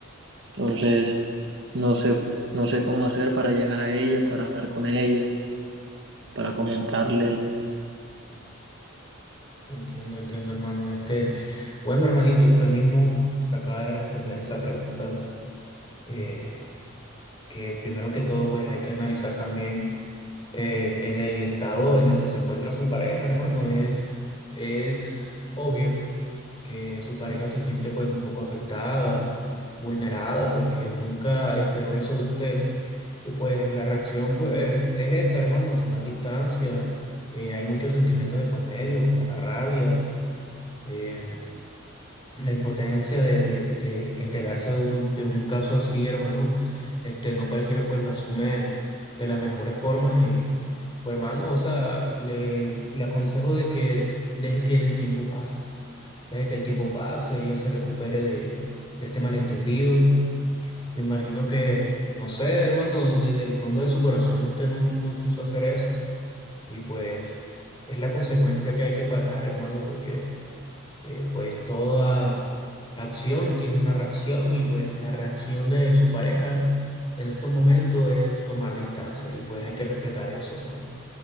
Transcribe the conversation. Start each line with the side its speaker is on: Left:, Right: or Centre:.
Right: Entonces, no sé, no sé cómo hacer para llegar a ella, para hablar con ella, para comentarle.
Left: Entiendo, entiendo, hermano. Este, bueno, hermanito, usted mismo se acaba de responder esa pregunta, eh, que primero que todo, pues hay que analizar también eh, en el estado en el que se encuentra su pareja, hermano. Es, es obvio que su pareja se siente pues un poco afectada, vulnerada, porque nunca esperó eso de usted. Y pues la reacción pues es esa, hermano, tomar distancia. Eh, hay muchos sentimientos de por medio, como la rabia eh, la impotencia de, de- de enterarse de un, de un caso así, hermano, este, no cualquiera pues lo asume de las mejores formas. Y, pues, hermano, o sea, le, le aconsejo de que deje que el tiempo pase, deje que el tiempo pase, ella se recupere de, de este malentendido. Me imagino que, no sé, hermano, desde el fondo de su corazón usted no, no quiso hacer eso. Y pues es la consecuencia que hay que pagar, hermano, porque que, pues toda acción tiene una reacción y pues la reacción de su pareja en estos momentos es tomar distancia y pues hay que respetar eso, hermano.